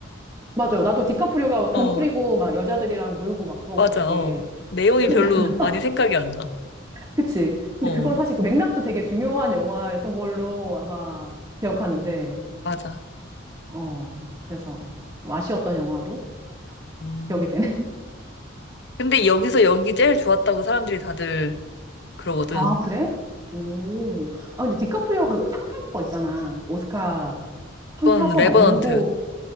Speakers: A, on the right; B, on the left.
A: 맞아요 나도 디카프리오가 막 돈
B: 어,
A: 뿌리고 막 여자들이랑 놀고 막 그거밖에
B: 맞아. 어. 내용이
A: 기억이
B: 별로
A: 안나
B: 많이 생각이 안 나.
A: 그치. 근데
B: 어,
A: 그건 사실 그 맥락도 되게 중요한 영화였던 걸로 아마 기억하는데,
B: 맞아.
A: 어, 그래서 좀 아쉬웠던 영화로
B: 음.
A: 기억이 되네.
B: 근데 여기서 연기 제일 좋았다고 사람들이 다들 그러거든.
A: <laughs> 아, 그래? 오. 아, 근데 디카프리오가 그상 타는 거 있잖아. 오스카 상
B: 그건
A: 타서
B: 레버넌트.
A: 막 울고.